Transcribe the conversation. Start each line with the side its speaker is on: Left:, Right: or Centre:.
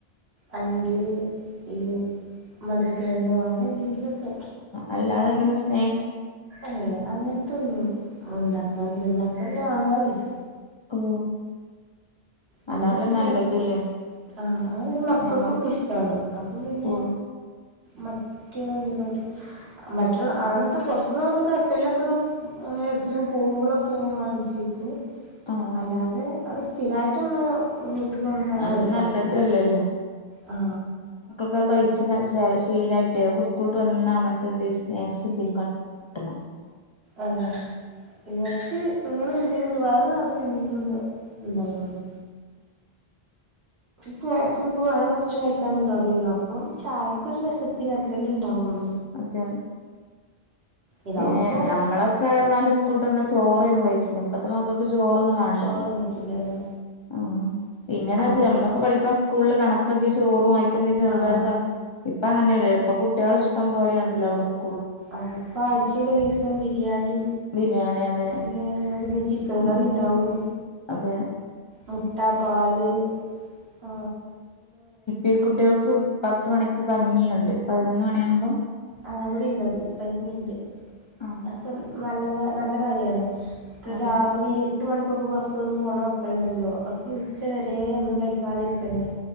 Right: അല്ലെങ്കില് ഈ മധുരക്കിഴങ്ങോ അങ്ങനെയെ- എങ്കിലൊക്കെ
Left: അല്ലാതെങ്ങനെ സ്നേ
Right: ആയ അങ്ങനത്തൊന്നും ഉണ്ടാക്കാറില്ല ഉണ്ടാക്കൂല്ല വാങ്ങാറുഇല്ല
Left: ഓ
Right: അങ്ങനെ
Left: അതാണല്ലോ
Right: എന്തെങ്കിലൊക്കെ
Left: നല്ലതുല്ലേ
Right: ആ മക്കൾക്കൊക്കെ
Left: ഞങ്ങക്ക്
Right: ഇഷ്ടാണ് അപ്പൊ പിന്നെ
Left: ഓ
Right: മറ്റേ എന്തിനോടും മറ്റുള്ള അങ്ങനത്തെ പുറത്തുന്നുള്ളതൊക്കെ എപ്പോഴെങ്കിലുംഅങ്ങനെ എവിടെക്കിലൊക്കെ പോകുമ്പോഴൊക്കെ ഇങ്ങനെ വാങ്ങിച്ചേ കഴിക്കും
Left: ആ ആ
Right: അല്ലാതെ അത് സ്ഥിരായി ട്ട് തന്നെ വീട്ടുകൊണ്ട്ന്നും അങ്ങനെ
Left: അത്
Right: കയ് ക്കാറില്ല
Left: നല്ലതല്ലല്ലോ
Right: ആ
Left: ഒക്കെ കഴിച്ച് ശീലായിട്ടേ ഓക്ക് സ്കൂൾട്ട് വന്ന അങ്ങനത്തെ എന്തേലും സ്നാക്സ് എന്തേലും ക കിട്ടണം.
Right: ആ ഇവക്ക് ഇങ്ങനെ എന്തെങ്കിലും വയറ് നിറഞ്ഞ എന്തെങ്കിലും ഒന്ന് ഇണ്ടായാമതി സ്നാക്സ് ഇപ്പൊ വയറു നിറച്ചു കഴിക്കാനിണ്ടാവില്ലല്ലാ ഇപ്പോം ചായക്കൊരു രസത്തിന് ഇതല്ലേ ഇണ്ടാവുള്ളൂ
Left: അതേ
Right: ഇതാവുമ്പോൾ
Left: പിന്നെ നമ്മളൊക്കെ പറഞ്ഞാല് സ്കൂൾട്ടന്നാ ചോറായ്ന്ന് കഴിച്ച് ഇപ്പത്തെ മക്കക്ക് ചോറൊന്നും വേണ്ടല്ല
Right: ചോറൊന്നും പറ്റില്ലല്ലോ
Left: ആ പിന്നെന്നാവെച്ചാ
Right: ആദ്യമൊക്കെ
Left: നമ്മളൊക്കെ
Right: സ്-
Left: പഠിക്കണ സ്കൂളില് കണക്കെക്കെ ചോറും വായിക്കെന്തേ ചെറുപയർകാർ
Right: ആ
Left: ഇപ്പൊ അങ്ങനെയല്ലേ ഇപ്പൊ കുട്ടികളെ ഇഷ്ടം പോലെയാണല്ലോ അവിടെ സ്
Right: അതിപ്പാ ആഴ്ചയില് ഒരിസം ബിരിയാണി
Left: ബിരിയാണി അതെ
Right: ബിരിയാണി ചിക്കൻ കറി
Left: മു
Right: ഉണ്ടാവും
Left: അത്
Right: മുട്ട പാല് ആ
Left: ഈ കുട്ടികൾക്ക് പത്ത് മണിക്ക് കഞ്ഞിയുണ്ട് പതിനൊന്ന് മണിയാകുമ്പം
Right: ആ അവിടെുണ്ട് അത് കഞ്ഞിണ്ട്
Left: ആഹ്
Right: അക്കെ നല്ലത് നല്ല കാര്യാണ്
Left: അതെ
Right: രാവിലെ എട്ട് മണി ഇപ്പക്കെ ബസ് ഒന്ന് പോകണ മക്കളുണ്ടല്ലോ അവർക്ക് ഉച്ച വരെ ഒന്നും കഴിക്കാതിരിക്കണ്ടേ